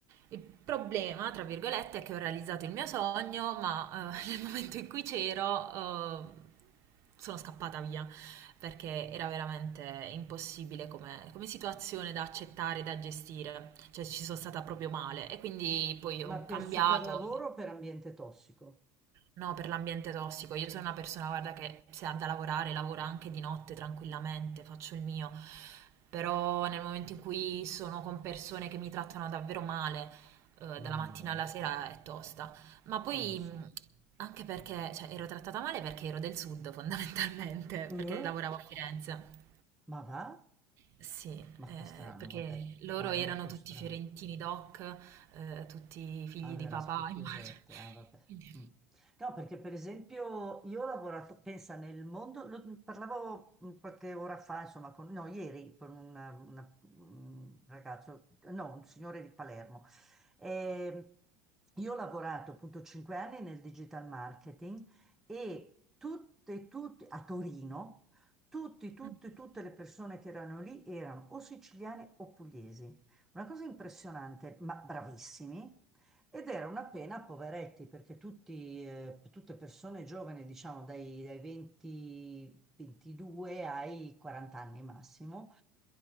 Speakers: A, on the right; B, in the centre.
A: Il problema, tra virgolette, è che ho realizzato il mio sogno, ma eh, <laughs> nel momento in cui c'ero, eh, sono scappata via perché era veramente impossibile come, come situazione da accettare, da gestire, cioè ci sono stata proprio male e quindi poi
B: Ma
A: ho
B: per
A: cambiato.
B: super lavoro o per ambiente tossico?
A: No, per l'ambiente tossico. Io sono una persona, guarda, che se ha da lavorare, lavora anche di notte tranquillamente, faccio il mio. Però nel momento in cui sono con persone che mi trattano davvero male, eh,
B: Eh,
A: dalla
B: Madonna.
A: mattina alla sera è tosta. Ma poi
B: Eh, lo so.
A: mh, anche perché, cioè, ero trattata male perché ero del sud, fondamentalmente,
B: Eh?
A: <laughs> perché lavoravo a Firenze.
B: Ma va?
A: Sì,
B: Ma
A: eh,
B: che strano,
A: perché
B: vabbè,
A: loro
B: ma è
A: erano
B: molto
A: tutti
B: strano.
A: fiorentini doc, eh, tutti figli
B: Ah, beh,
A: di
B: era
A: papà,
B: un po' chiusette,
A: <laughs> immagino.
B: ah, vabbè.
A: Quindi,
B: Mm. No, perché per esempio io ho lavorato, pensa, nel mondo, lo- mm, parlavo mm, qualche ora fa, insomma, con, no, ieri, con una- una- un ragazzo, no, un signore di Palermo. Ehm, io ho lavorato appunto cinque anni nel digital marketing e tutte, tutte, a Torino, tutti, tutte,
A: mm.
B: tutte le persone che erano lì erano o siciliane o pugliesi. Una cosa impressionante, ma bravissimi. Ed era una pena a poveretti, perché tutti, eh, tutte persone giovani, diciamo dai, dai 20, 22 ai 40 anni massimo,